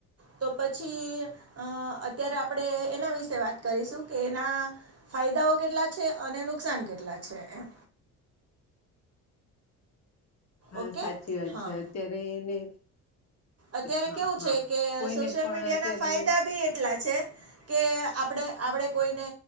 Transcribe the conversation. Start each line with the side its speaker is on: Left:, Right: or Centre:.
Right: તો પછી અ અત્યારે આપણે એના વિશે વાત કરીશું કે એના ફાયદાઓ કેટલા છે અને નુકસાન કેટલા છે એમ
Left: હા
Right: ઓકે
Left: સાચી વાત
Right: હા
Left: છે અત્યારે એને
Right: અત્યારે
Left: હા
Right: કેવું
Left: હા
Right: છે કે
Left: કોઈને
Right: સોશિયલ
Left: પણ
Right: મીડિયા
Left: અત્યારે
Right: ના ફાયદા બી એટલા છે કે આપણે આપણે કોઈને